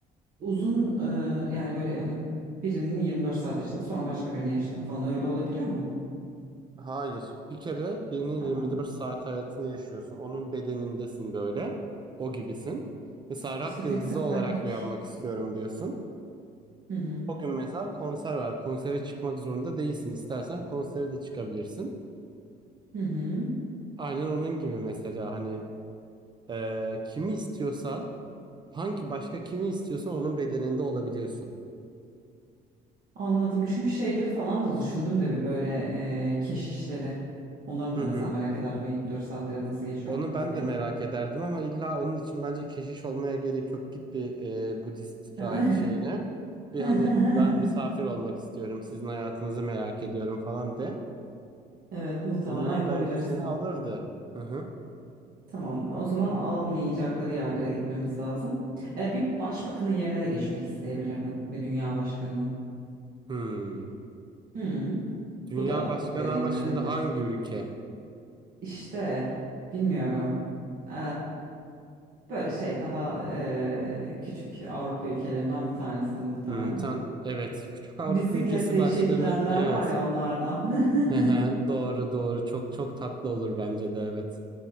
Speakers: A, on the right; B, on the right.
A: uzun eee, yani böyle hani birinin 24 saat yaşadık sonra başka birini yaşadık falan öyle olabiliyor mu?
B: Hayır. Bir kere birinin 24
A: Ha.
B: saat hayatını yaşıyorsun. Onun bedenindesin böyle. O gibisin. Mesela rak
A: İşte tek
B: yıldızı
A: seferlik.
B: olarak uyanmak istiyorum diyorsun.
A: Hı hı.
B: O gün mesela konser var. Konsere çıkmak zorunda değilsin. İstersen konsere de çıkabilirsin.
A: Hı hı.
B: Aynen onun gibi mesela hani e, kimi istiyorsan hangi başka kimi istiyorsan onun bedeninde olabiliyorsun.
A: Anladım. Çünkü şeyleri falan da düşündüm de bir böyle eee keşişleri. Onların
B: Hı
A: da mesela
B: hı.
A: merak ederdim 24 saatleri nasıl geçiyor
B: Onu ben
A: diye.
B: de merak ederdim ama illa onun için bence keşiş olmaya gerek yok. Git bir e, Budist
A: <laughs>
B: rahip şeyine. Bir
A: <laughs>
B: hani ben misafir olmak istiyorum. Sizin hayatınızı merak ediyorum falan de.
A: Evet, muhtemelen
B: Onlar
A: yapabilirsin.
B: bence seni alırdı. Hı hı.
A: Tamam, o zaman almayacakları yerlere gitmemiz lazım. E, bir başbakanın yerine de geçmek isteyebilirdim. Bir dünya başkanının.
B: Hmm.
A: Hmm,
B: Dünya
A: bu da
B: başkanı
A: deneyimlenebilir.
B: ama şimdi hangi ülke?
A: İşte bilmiyorum. E, böyle şey daha e, küçük Avrupa ülkelerinden bir tanesinin muhtemelen.
B: Hmm, sen evet küçük Avrupa
A: Bisikletle
B: ülkesi başkanı
A: işe gidenler
B: evet
A: var ya onlardan. <laughs>
B: <laughs> Hı hı, doğru doğru çok çok tatlı olur bence de evet.